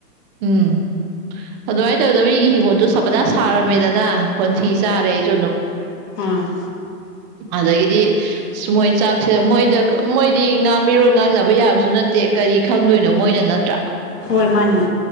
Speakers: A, on the right; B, on the left.
A: ꯎꯝ ꯑꯗꯨꯃꯥꯏꯅ ꯇꯧꯗꯅ ꯃꯤꯒꯤ ꯍꯤꯡꯒꯣꯟꯗꯣ ꯁꯕꯅꯥꯁ ꯁꯥꯔꯝꯃꯦꯗꯅ꯫ ꯀꯣꯟꯊꯤ ꯆꯥꯔꯦ ꯑꯩꯁꯨ ꯑꯗꯨꯨ
B: ꯑ
A: ꯑꯗꯒꯤꯗꯤ ꯃꯣꯏ ꯆꯥꯛꯁꯦ ꯃꯣꯏꯗ ꯃꯣꯏꯗꯤ ꯉ ꯃꯤꯔꯣꯟ ꯉꯥꯡꯅꯕ ꯌꯥꯕꯁꯨ ꯅꯠꯇꯦ ꯀꯔꯤ ꯈꯪꯗꯣꯏꯗꯣ ꯃꯣꯏꯅ ꯅꯠꯇ꯭ꯔꯥ꯫
B: ꯍꯣꯏ ꯃꯥꯅꯦ